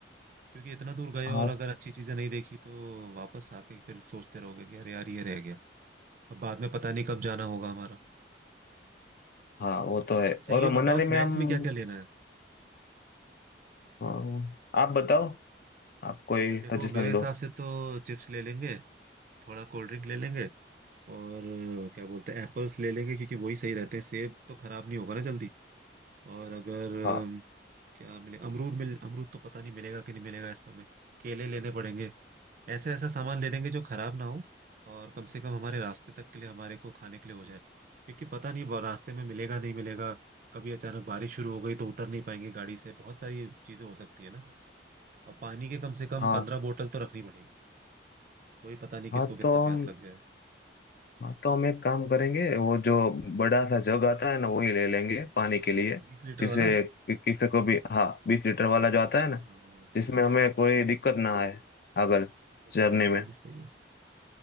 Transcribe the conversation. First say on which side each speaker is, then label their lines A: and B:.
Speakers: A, on the right; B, on the left.
A: क्योंकि इतना दूर गए
B: हाँ
A: और अगर अच्छी चीजें नहीं देखी तो वापस आके फिर सोचते रहोगे कि अरे यार ये रह गया अब बाद में पता नहीं कब जाना होगा हमारा
B: हाँ वो तो है
A: अच्छा
B: और
A: ये
B: मनाली
A: बताओ
B: में
A: स्नैक्स
B: हम
A: में क्या क्या लेना है
B: अ, आप बताओ आप कोई
A: यार देखो
B: सजेशन
A: मेरे हिसाब
B: दो
A: से तो चिप्स ले लेंगे थोड़ा कोल्ड ड्रिंक ले लेंगे और अ, क्या बोलते हैं एप्पल्स ले लेंगे क्योंकि वही सही रहते हैं सेब तो खराब नहीं होगा ना जल्दी और अगर
B: हाँ
A: अम, क्या मिले अमरूद मिल अमरूद तो पता नहीं मिलेगा कि नहीं मिलेगा इस समय केले लेने पड़ेंगे ऐसे ऐसा सामान ले लेंगे जो खराब ना हो और कम से कम हमारे रास्ते तक के लिए हमारे को खाने के लिए हो जाए क्योंकि पता नहीं ब- रास्ते में मिलेगा नहीं मिलेगा कभी अचानक बारिश शुरू हो गई तो उतर नहीं पाएंगे गाड़ी से बहुत सारी चीजें हो सकती है ना और पानी के कम से कम
B: हाँ
A: पंद्रह बोतल तो रखनी पड़ेगी कोई पता नहीं
B: हाँ
A: किसको कितना
B: तो हम
A: प्यास लग जाए
B: हाँ तो हम एक काम करेंगे वो जो बड़ा सा जग आता है ना वही ले लेंगे पानी के लिए
A: बीस लीटर
B: जिसे
A: वाला
B: कि- किसी को भी हाँ बीस लीटर वाला जो आता है ना
A: हाँ हाँ हाँ
B: जिसमें हमें
A: हाँ
B: कोई दिक्कत ना आए अगर
A: वो भी
B: जर्नी
A: सही है
B: में
A: वो भी सही है